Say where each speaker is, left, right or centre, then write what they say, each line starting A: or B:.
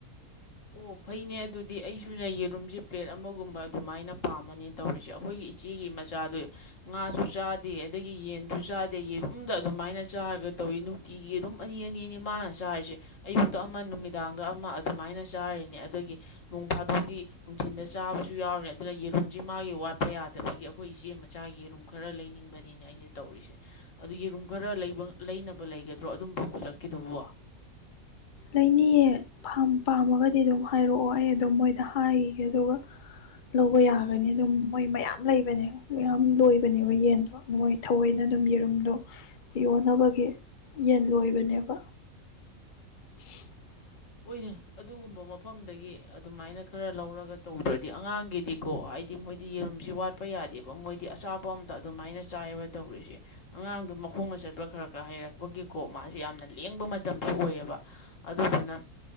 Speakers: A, on the left; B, on the left.
A: ꯑꯣ ꯐꯩꯅꯦ ꯑꯗꯨꯗꯤ ꯑꯩꯁꯨꯅ ꯌꯦꯔꯨꯝꯁꯦ ꯄ꯭ꯂꯦꯠ ꯑꯃꯒꯨꯝꯕ ꯑꯗꯨꯃꯥꯏꯅ ꯄꯥꯝꯃꯅꯤ ꯇꯧꯔꯤꯁꯦ ꯑꯩꯈꯣꯏꯒꯤ ꯏꯆꯦꯒꯤ ꯃꯆꯥꯗꯨ ꯉꯥꯁꯨ ꯆꯥꯗꯦ ꯑꯗꯒꯤ ꯌꯦꯟꯁꯨ ꯆꯥꯗꯦ ꯌꯦꯔꯨꯝꯗ ꯑꯗꯨꯃꯥꯏꯅ ꯆꯥꯔꯒ ꯇꯧꯏꯤ ꯅꯨꯡꯇꯤꯒꯤ ꯌꯦꯔꯨꯝ ꯑꯅꯤ ꯑꯅꯤꯅꯤ ꯃꯥꯅ ꯆꯥꯔꯤꯁꯦ ꯑꯌꯨꯛꯇ ꯑꯃ ꯅꯨꯃꯤꯗꯥꯡꯗ ꯑꯃ ꯑꯗꯨꯃꯥꯏꯅ ꯅ ꯆꯥꯔꯤꯅꯦ ꯑꯗꯒꯤ ꯅꯣꯡ ꯐꯥꯗꯣꯛꯇꯤ ꯅꯨꯡꯊꯤꯟꯜꯗ ꯆꯥꯕꯁꯨ ꯌꯥꯎꯔꯤꯅꯦ ꯑꯗꯨꯅ ꯌꯦꯔꯨꯝꯁꯤ ꯃꯥꯒꯤ ꯋꯥꯠꯄ ꯌꯥꯗꯕꯒꯤ ꯑꯩꯈꯣꯏ ꯏꯆꯦ ꯃꯆꯥꯒꯤ ꯌꯦꯔꯨꯝ ꯈꯔ ꯂꯩꯅꯤꯡꯕꯅꯤꯅꯦ ꯑꯩꯅ ꯇꯧꯔꯤꯁꯦ ꯑꯗꯨ ꯌꯦꯔꯨꯝ ꯈꯔ ꯂꯩꯅꯕ ꯂꯩꯒꯗ꯭ꯔꯣ ꯑꯗꯨꯝꯕ ꯀꯜꯂꯛꯀꯗꯕ
B: ꯂꯩꯅꯤꯌꯦ ꯐꯥꯝ ꯄꯥꯝꯃꯒꯗꯤ ꯑꯗꯨꯝ ꯍꯥꯏꯔꯛꯑꯣ ꯑꯩ ꯑꯗꯨꯝ ꯃꯣꯏꯗ ꯍꯥꯏꯈꯤꯒꯦ ꯑꯗꯨꯒ ꯂꯧꯕ ꯌꯥꯒꯅꯤ ꯑꯗꯨꯝ ꯃꯣꯏ ꯃꯌꯥꯝ ꯂꯩꯕꯅꯦ ꯃꯌꯥꯝ ꯂꯣꯏꯕꯅꯦꯕ ꯌꯦꯟꯗꯣ ꯃꯣꯏ ꯊꯑꯣꯏꯅ ꯑꯗꯨꯝ ꯌꯦꯔꯨꯝꯗꯣ ꯌꯣꯟꯅꯕꯒꯤ ꯌꯦꯟ ꯂꯣꯏꯕꯅꯦꯕ <unintelligible>
A: ꯑꯣꯏꯅꯦ ꯑꯗꯨꯒꯨꯝꯕ ꯃꯐꯝꯗꯒꯤ ꯑꯗꯨꯃꯥꯏꯅ ꯈꯔ ꯂꯧꯔꯒ ꯇꯧꯗ꯭ꯔꯗꯤ ꯑꯉꯥꯡ ꯒꯤꯗꯤꯀꯣ ꯍꯥꯏꯗꯤ ꯃꯣꯏꯗꯤ ꯌꯦꯔꯨꯝꯁꯤ ꯋꯥꯠꯄ ꯌꯥꯗꯦꯕ ꯃꯣꯏꯗꯤ ꯑꯆꯥꯄ ꯑꯝꯇ ꯑꯗꯨꯃꯥꯏꯅ ꯆꯥꯏꯔ ꯇꯧꯔꯤꯁꯦ ꯑꯉꯥꯡꯗꯣ ꯃꯈꯣꯡꯅ ꯆꯠꯄ ꯈꯔ ꯈꯔ ꯍꯩꯔꯛꯄꯒꯤꯀꯣ ꯃꯥꯁꯦ ꯌꯥꯝꯅ ꯂꯦꯡꯕ ꯃꯇꯝꯁꯨ ꯑꯣꯏꯌꯦꯕ ꯑꯗꯨꯗꯨꯅ